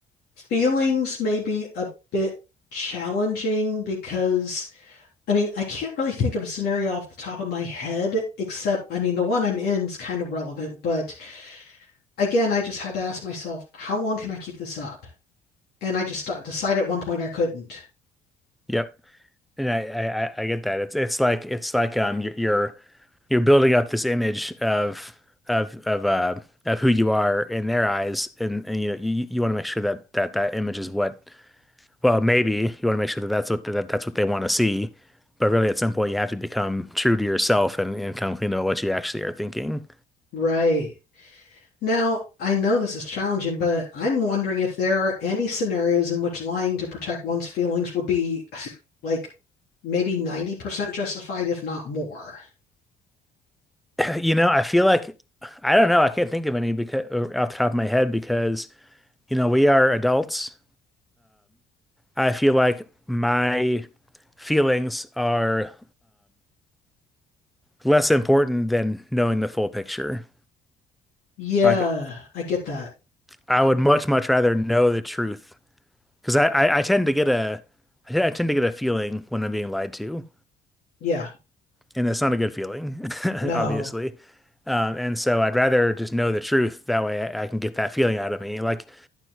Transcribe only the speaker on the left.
Feelings may be a bit challenging because I mean, I can't really think of a scenario off the top of my head, except I mean, the one I'm in is kind of relevant, but again, I just had to ask myself, how long can I keep this up? and I just thought, decided at one point I couldn't.
Right. Now, I know this is challenging, but I'm wondering if there are any scenarios in which lying to protect one's feelings would be <sighs> <laughs> like maybe 90% justified, if not more.
Yeah,
I get that.
Yeah.
No.